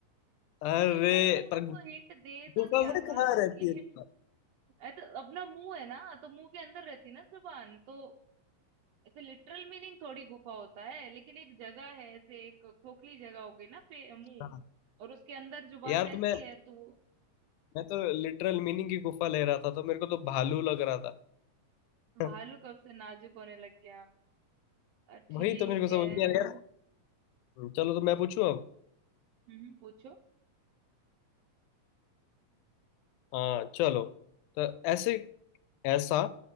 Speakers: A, on the right; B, on the left.
A: टे,
B: अरे
A: अरे मैंने
B: पर
A: आपको हिंट दे
B: गुफा
A: तो दिया
B: में
A: था
B: कहाँ रहती
A: कि
B: है गुफा?
A: <laughs> अरे तो अपना मुंह है ना तो मुंह के अंदर रहती है ना जुबान तो ऐसे लिटरल मीनिंग थोड़ी गुफा होता है लेकिन एक जगह है ऐसे एक खोखली जगह होगी ना फे- मुंह
B: हाँ।
A: और उसके अंदर जुबान
B: यार
A: रहती
B: तो मैं
A: है तो
B: मैं तो लिटरल मीनिंग की गुफा ले रहा था तो मेरे को तो भालू लग रहा था <laughs>
A: भालू कब से नाजुक होने लग गया अ, ठीक
B: वही तो मेरे को
A: है
B: समझ नहीं आ रहा यार हम्म, चलो तो मैं पूछूं अब
A: हम्म पूछो
B: हाँ चलो तो ऐसे ऐसा